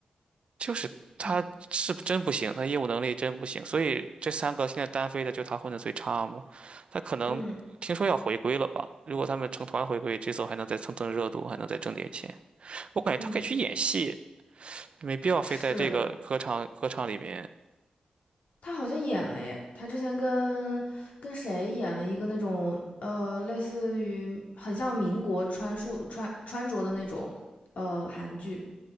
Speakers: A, on the right; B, on the left.
A: 就是他是真不行，
B: 嗯
A: 他业务能力真不行，所以这三个现在单飞的就他混的最差嘛。他可能听说要回归了吧？
B: 嗯
A: 如果他们成团回归，这次还能再蹭蹭热度，还能再挣点钱。我感觉他可以去演戏，
B: 嗯，
A: 没必要非在这个歌唱歌唱里面。
B: 是，他好像演了耶，他之前跟跟谁演了一个那种呃，类似于很像民国穿束穿穿着的那种呃韩剧。